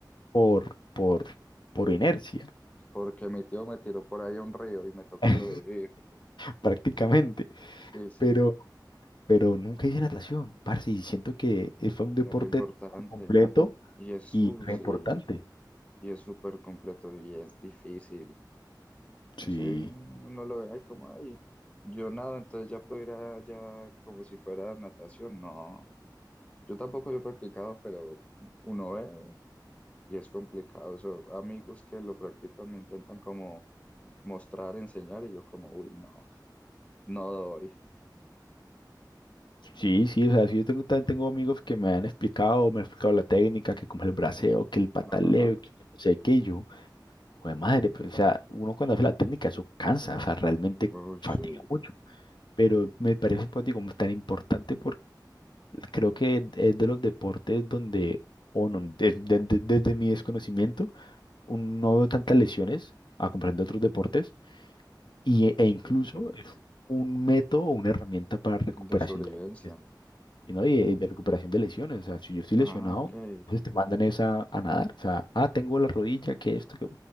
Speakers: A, on the left; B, on the left.
A: por, por, por inercia,
B: porque mi tío me tiró por ahí a un río y me tocó
A: <laughs>
B: sobrevivir.
A: prácticamente.
B: Sí, sí,
A: Pero, pero nunca hice natación, parce, y siento que fue un deporte
B: es re importante.
A: completo
B: Y es sushi,
A: y re importante.
B: y es súper completo y es difícil.
A: Sí.
B: Ese no lo ve ahí como ahí. Yo nado, entonces ya puedo ir allá como si fuera natación. No, yo tampoco lo he practicado, pero uno ve y es complicado. Son amigos que lo practican me intentan como mostrar, enseñar y yo como, uy, no, no doy.
A: Sí, sí, o sea, sí, yo tengo, tan- tengo amigos que me han explicado, me han explicado la técnica, que como el braceo, que el pataleo,
B: Ajá.
A: que no sé qué, y yo, pues madre, pues, o sea, uno cuando hace la técnica, eso cansa, o sea, realmente
B: Uy,
A: fatiga
B: sí,
A: mucho, pero me parece, pues, digo, tan importante Creo que es de los deportes donde, o no, de- de- de- desde mi desconocimiento, un- no veo tantas lesiones a comparación de otros deportes y, e
B: ok,
A: incluso
B: sí.
A: es un método o una herramienta para recuperación
B: De sobrevivencia.
A: de lesiones, y ¿no? Y, de recuperación de lesiones. O sea, si yo estoy
B: Ah,
A: lesionado,
B: ok.
A: pues te mandan esa a nadar. O sea, ah, tengo la rodilla, que esto, que